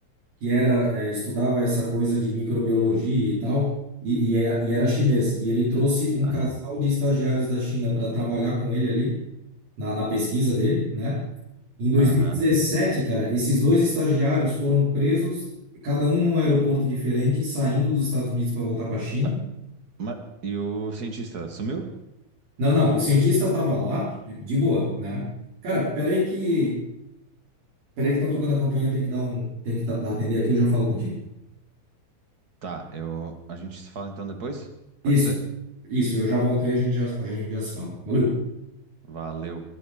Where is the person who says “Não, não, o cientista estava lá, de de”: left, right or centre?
Right